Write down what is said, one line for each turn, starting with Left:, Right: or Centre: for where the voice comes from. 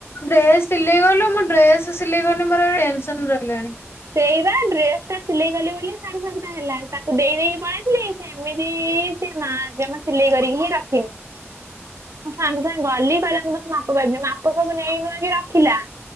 Left: ଡ୍ରେସ୍, ସିଲେଇ କଲୁ, ମୁଁ ଡ୍ରେସ୍ ସିଲେଇ, କରିନି ମୋର, ଟେନସନ୍ ରହିଲାଣି।
Right: ସେଇବା, ଡ୍ରେସ୍ ଟା ସିଲେଇ କଲି ବୋଲି, ସାଢେ ସାତଟା ହେଲା ୲ତାକୁ ଦେଇ, ଦେଇ କି ପଳେଇ ଥିଲେ, ସେ ଏମିତି ସେ ମା, ଜମା ସିଲେଇ କରି ହିଁ ରଖିନି। ମୁଁ, ସାଙ୍ଗେ, ସାଙ୍ଗେ ଗଲି କହିଲା, ମୁଁ ତମ ମାପ ପାଇବିନି ୲ମାପ ସବୁ ନେଇ ନୂଆଁକି, ରଖିଲା।